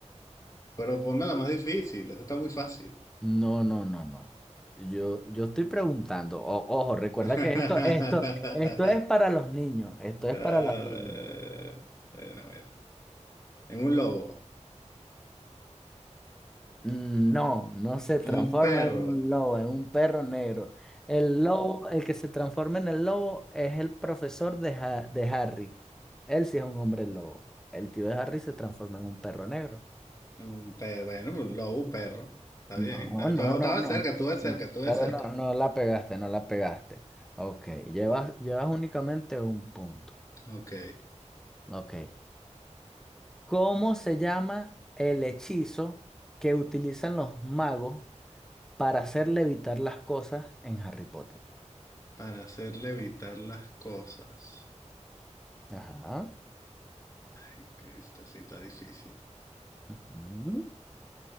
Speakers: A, on the left (about 25°); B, in the centre.
A: Pero ponme la más difícil, eso está muy fácil.
B: No, no, no, no. Yo, yo estoy preguntando. O- ojo, recuerda
A: <laughs>
B: que esto, esto, esto es para los niños. Esto es
A: Ah, Eh,
B: para los niños.
A: bueno, bueno. En un lobo,
B: Mm, No, no se transforma
A: en un perro,
B: en un lobo, en un perro negro. El lobo, el que se transforma en el lobo es el profesor de, Ha- de Harry. Él sí es un hombre lobo. El tío de Harry se transforma en un perro negro.
A: en un perro, bueno, un lobo, un perro. Está
B: No,
A: bien, estaba,
B: no,
A: estaba-
B: no,
A: estaba
B: no.
A: cerca, estuve cerca,
B: No.
A: estuve
B: Pero
A: cerca.
B: no, no la pegaste, no la pegaste. Ok, llevas, llevas únicamente un punto.
A: Ok,
B: Ok. ¿Cómo se llama el hechizo que utilizan los magos para hacer levitar las cosas en Harry Potter?
A: para hacer levitar las cosas.
B: Ajá.
A: Ay, que esta sí está difícil.
B: ujú.